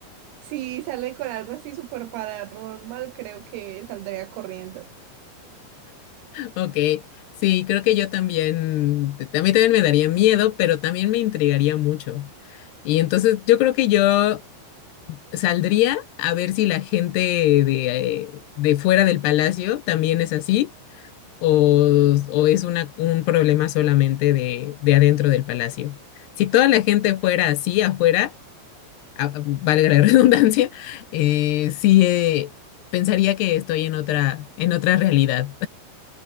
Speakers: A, on the right (about 75°); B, on the left (about 70°).
A: Si sale con algo así súper paranormal, creo que saldría corriendo.
B: Ok, sí, creo que yo también, t- a mí también me daría miedo, pero también me intrigaría mucho. Y entonces yo creo que yo saldría a ver si la gente de, eh, de fuera del palacio también es así o, o es una, un problema solamente de, de adentro del palacio. Si toda la gente fuera así afuera, a- valga la <laughs> redundancia, eh, sí eh, pensaría que estoy en otra, en otra realidad.